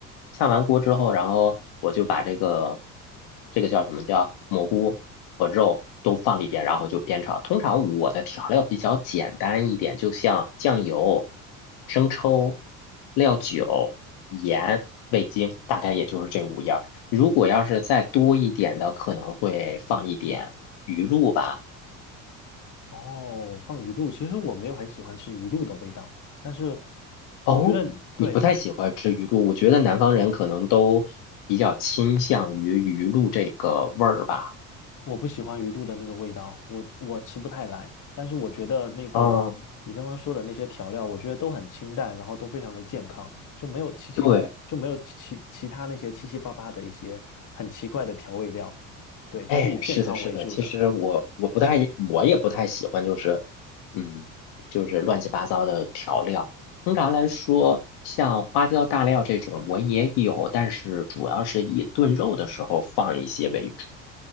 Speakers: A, on the left (about 65°); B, on the left (about 45°).
A: 炝完锅之后，然后我就把这个这个叫什么叫蘑菇和肉都放里边，然后就煸炒。通常我的调料比较简单一点，就像酱油、生抽、料酒、盐、味精，大概也就是这五样儿如果要是再多一点的，可能会放一点鱼露吧。
B: 哦，放鱼露，其实我没有很喜欢吃鱼露的味道，但是
A: 哦，
B: 我觉得对
A: 你不太喜欢吃鱼露，我觉得南方人可能都比较倾向于鱼露这个味儿吧。
B: 我不喜欢鱼露的那个味道，我我吃不太来。但是我觉得那个你刚刚说的那些调料，
A: 嗯，
B: 我觉得都很清淡，然后都非常的健康，就没有七七就没有其其他那些七七八八的一些很奇怪的调味料。
A: 对，
B: 对，就是以健康为主的。
A: 哎，是的，是的。其实我我不太，我也不太喜欢，就是，嗯，就是乱七八糟的调料。通常来说，像花椒、大料这种我也有，但是主要是以炖肉的时候放一些为主。